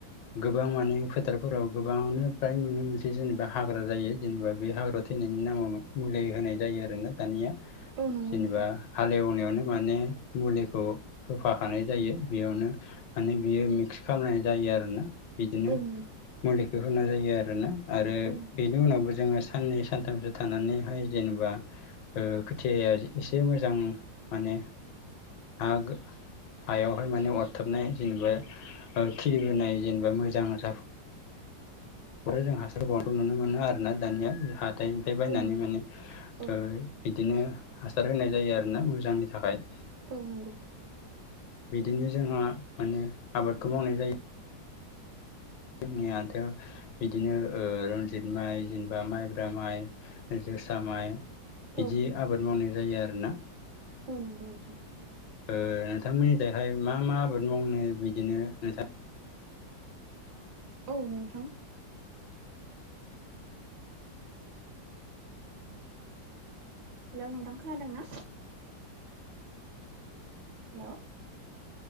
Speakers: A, on the left; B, on the right.
A: गोबां मानि फोथारफोराव गोबाङानो फ्राय नुनो मोनसै जेनेबा हाग्रा जायो जेनेबा बे हाग्रा थैनायनि नामाव मुलि होनाय जायो आरोना। दानिया
B: औ नंगौ
A: जेनेबा
B: नोंथां
A: हालनायाव माने मुलिखौ होफाखानाय जायो बेयावनो माने बियो मिक्स खालामनाय जायो। यो आरो ना। बिदिनो
B: औ नंगौ औ
A: मुलिखौ होनाय जायो आरोना आरो
B: नोंथां
A: बेनि उनावबो जोङो साननैसो सानथामसो थानानैहाय जेनेबा ओ खोथियाया एसे मोजां माने आग हायावहाय माने अरथाबनाय जेनेबा ओ खिलिबोनाय जेनेबा मोजां जाफु बे जों हासार बां नुनो मोनो आरोना दानिया हाथायनिनिफ्राय बायनानै
B: औ नंगौ
A: मानो
B: नोंथां औ औ
A: बिदिनो हासार होनाय जायो आरोना मोजांनि थाखाय
B: औ नंगौ
A: बिदिनो जोंहा माने आबादखौ मावनाय जायो जोंनियाथ बिदिनो रनजित माइ जेनेबा माइब्रा माइ जोसा माइ बिदि
B: औ
A: आबाद मावनाय जायो आरोना
B: औ नंगौ नोंथां
A: ओ नोंथांमोननिजोंहाय मा मा आबाद मावनो बिदिनो नोंथां
B: औ नोंथां हेलौ नोंथां खोनादों ना हेल'